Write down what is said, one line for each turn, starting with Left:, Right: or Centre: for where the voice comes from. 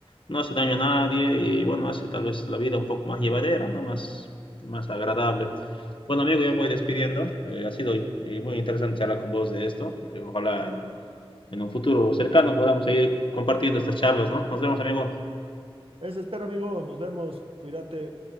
Left: no hace daño a nadie y bueno, hace tal vez la vida un poco más llevadera, ¿no? Más, más agradable. Bueno, amigo, yo me voy despidiendo. Eh, ha sido eh, muy interesante charlar con vos de esto. Eh, ojalá en en un futuro cercano podamos seguir compartiendo estas charlas, ¿no? Nos vemos, amigo.
Right: Eso espero, amigo. Nos vemos. Cuídate.